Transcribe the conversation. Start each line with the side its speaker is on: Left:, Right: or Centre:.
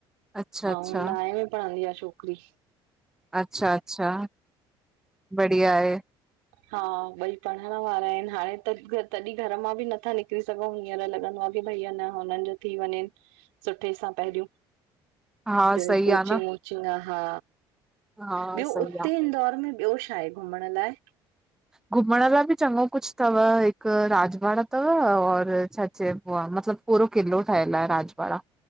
Centre: अच्छा अच्छा
Right: अऊं नाऐं में पढ़ंदी आ छोकिरी।
Centre: अच्छा अच्छा बढ़िया आहे।
Right: हा ॿई पढ़णु वारा आहिनि, हाणे त तॾहिं घरु मां बि नथा निकिरी सघऊं, हीअर लॻंदो आ कि भई हन हुननि जो थी वञेन, सुठे सा पहिरियूं।
Centre: हा
Right: जेणी
Centre: सही
Right: कोचिंग
Centre: आ न
Right: वोचिंग आ हा।
Centre: हा
Right: ॿियो
Centre: सही
Right: उते
Centre: आ।
Right: इंदौर में ॿियो छा आहे घुमणु लाए?
Centre: घुमणु लाइ बि चङो कुछ तव, हिकु राजवाड़ा तव और छा चइबो आहे मतलबु पूरो किलो ठहियलु आहे राजवाड़ा